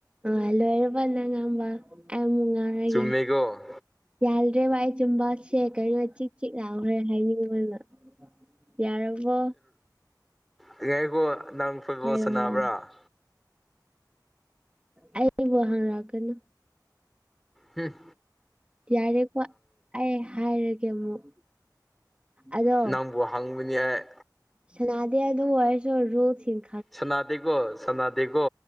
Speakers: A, on the right; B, in the centre.
A: ꯑ ꯂꯣꯏꯔꯕ ꯅꯪ ꯉꯥꯡꯕ ꯑꯩ ꯑꯃꯨꯛ ꯉꯥꯡꯔꯒꯦ
B: ꯆꯨꯝꯃꯦꯀꯣ
A: ꯌꯥꯗ꯭ꯔꯦꯕ ꯑꯩ ꯆꯤꯟꯕꯥꯜꯁꯦ ꯀꯩꯅꯣ ꯆꯤꯛ ꯆꯤꯛ ꯂꯥꯎꯈ꯭ꯔꯦ ꯍꯥꯏꯅꯤꯡꯕꯅ ꯌꯥꯔꯕꯣ
B: ꯍꯦ ꯉꯥꯏꯈꯣ ꯅꯪ ꯐꯨꯠꯕꯣꯜ
A: ꯍꯥꯏꯔꯣ
B: ꯁꯥꯟꯅꯕ꯭ꯔꯥ
A: ꯍꯥꯏꯔꯣ ꯑꯩꯕꯨ ꯍꯪꯔꯛꯀꯅꯨ
B: ꯍꯨꯝ
A: ꯌꯥꯔꯦꯀꯣ ꯑꯩ ꯍꯥꯏꯔꯒꯦ ꯑꯃꯨꯛ ꯑꯗꯣ
B: ꯅꯪꯕꯨ ꯍꯪꯕꯅꯤ ꯑꯩ
A: ꯁꯅꯥꯗꯦ ꯑꯗꯣ ꯑꯣꯏꯔꯁꯨ ꯔꯨꯜ ꯊꯤꯡ
B: ꯁꯅꯥꯗꯦꯀꯣ ꯁꯅꯥꯗꯦꯀꯣ